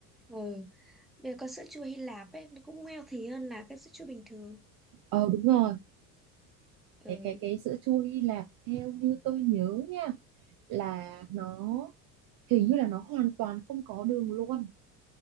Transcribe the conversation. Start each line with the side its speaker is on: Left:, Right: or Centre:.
Centre: ừ. Bây giờ con sữa chua Hy Lạp ấy nó cũng healthy hơn là cái sữa chua bình thường.
Right: ờ đúng rồi
Centre: Ừ,
Right: cái cái cái sữa chua Hy Lạp theo như tôi nhớ nha là nó hình như là nó hoàn toàn không có đường luôn